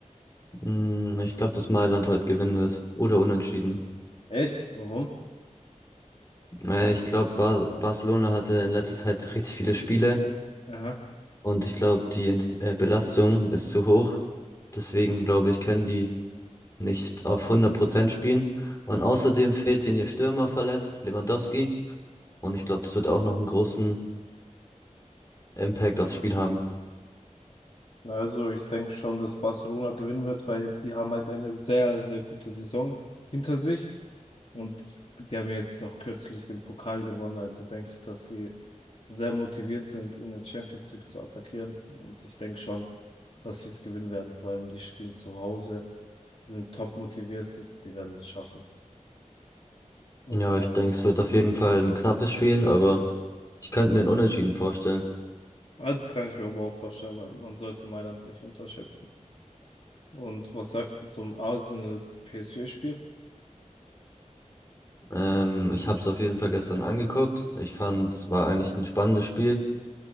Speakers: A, on the left (about 25°); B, on the left (about 50°).
A: Hm, ich glaube, dass Mailand heute gewinnen wird. Oder unentschieden.
B: Echt? Warum?
A: Äh, ich glaube, Bar Barcelona hatte in letzter Zeit richtig viele Spiele
B: Aha.
A: und ich glaube, die Ins- äh, Belastung ist zu hoch. Deswegen glaube ich, können die nicht auf 100% spielen. Und
B: Mhm.
A: außerdem fehlt denen ihr Stürmer verletzt, Lewandowski. Und ich glaube, das wird auch noch einen großen Impact aufs Spiel haben.
B: Also, ich denke schon, dass Barcelona gewinnen wird, weil die haben halt eine sehr, sehr gute Saison hinter sich. Und die haben ja jetzt noch kürzlich den Pokal gewonnen, also denke ich, dass sie sehr motiviert sind, in der Champions League zu attackieren. Und ich denke schon, dass sie es gewinnen werden. Vor allem, die spielen zu Hause, sind top motiviert, die werden es schaffen. Das,
A: Ja, ich denke, es wird auf jeden Fall ein knappes Spiel, aber ich könnte mir ein Unentschieden vorstellen.
B: ja, das kann ich mir aber auch vorstellen, weil man sollte Mailand nicht unterschätzen. Und was sagst du zum Arsenal-PSG-Spiel?
A: Ähm, ich habe es auf jeden Fall gestern angeguckt. Ich fand, es war eigentlich ein spannendes Spiel.